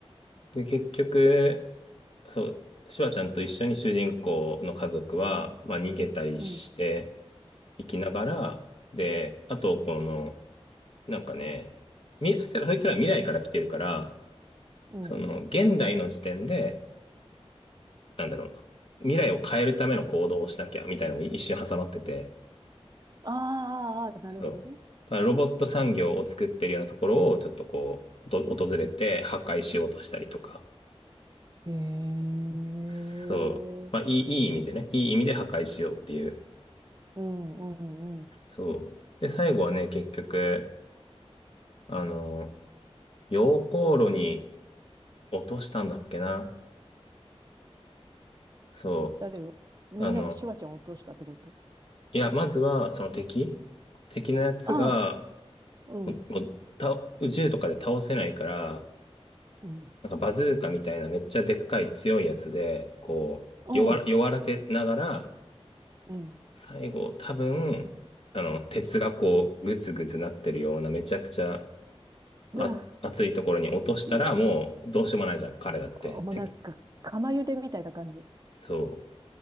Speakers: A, on the left; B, on the right.
A: う。で、結局、そう、シュワちゃんと一緒に主人公の家族は、まあ、逃げたりして
B: うん、
A: いきながら、で、あと、この、なんかね、み、そしたら、そいつらは未来から来てるから、
B: うん。
A: その、現代の時点で、なんだろう、未来を変えるための行動をしなきゃみたいなのも一瞬挟まってて、
B: あーあー、あーなるほどね。
A: そう。だからロボット産業を作ってるようなところをちょっとこう、おと訪れて破壊しようとしたりとか、
B: へえ、
A: そう。まあ、いい、いい意味でね、いい意味で破壊しようっていう。
B: うん、うん、うん。
A: そう。で、最後はね、結局、あの、溶鉱炉に落としたんだっけな。そ
B: 誰をみんながシュワちゃんを落としたってこと
A: う。あの、いや、まずは、その敵敵のやつが、
B: ああ、うん、
A: もうもうた宇宙とかで倒せないから、
B: うん、
A: なんかバズーカみたいなめっちゃでっかい強いやつで、こう、
B: おう、
A: 弱ら、弱らせながら、
B: うん。
A: 最後多分、あの、鉄がこう、グツグツなってるようなめちゃくちゃ
B: だ、
A: あ、熱いところに落としたらもうどうしようもないじゃん、
B: だ、
A: 彼だって。
B: あもうなんか、
A: て、
B: 釜茹でみたいな感じ。
A: そ